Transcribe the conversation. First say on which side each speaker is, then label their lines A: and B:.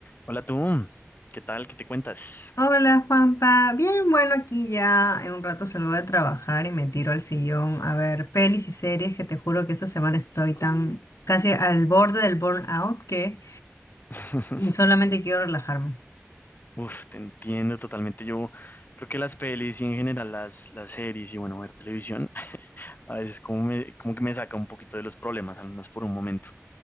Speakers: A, on the left (about 40°); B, on the left (about 80°).
A: Hola tú, ¿qué tal? ¿Qué te cuentas?
B: Hola Juanpa, bien bueno aquí ya en un rato salgo de trabajar y me tiro al sillón a ver pelis y series que te juro que esta semana estoy tan casi al borde del burnout que
A: <laughs>
B: solamente quiero relajarme.
A: Uf, te entiendo totalmente. Yo creo que las pelis y en general las, las series y bueno, ver televisión, <laughs> a veces como, me- como que me saca un poquito de los problemas, al menos por un momento.